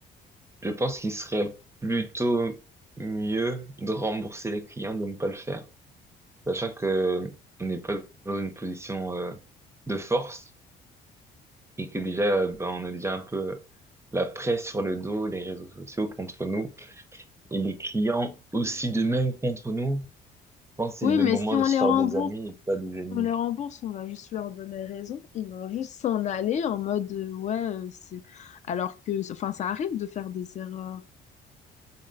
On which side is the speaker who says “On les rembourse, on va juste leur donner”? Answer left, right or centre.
Left